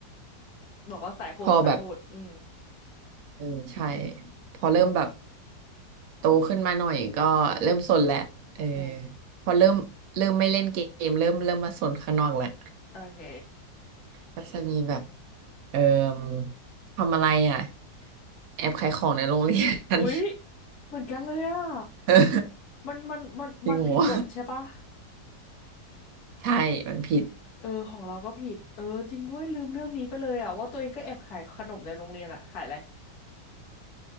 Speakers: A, on the left; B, on the right.
A: บอกว่าสายโหดสายโหดอืม
B: พอแบบเออใช่พอเริ่มแบบโตขึ้นมาหน่อยก็เริ่มสนแหละเออ
A: อืม
B: พอเริ่มเริ่มไม่เล่นเกมเริ่มเริ่มมาสนข้างนอกแหละ
A: โอเค
B: ก็จะมีแบบเอ่อทำอะไรอ่ะแอบขายของในโรงเรียน
A: หุยเหมือนกันเลยอ่ะ
B: <laughs>
A: มันมันมันมันผิดกฎใช่ปะ
B: จริงเหรอวใช่มันผิด
A: เออของเราก็ผิดเออจริงด้วยลืมเรื่องนี้ไปเลยอ่ะว่าตัวเองก็แอบขายขนมในโรงเรียนอ่ะขายอะไร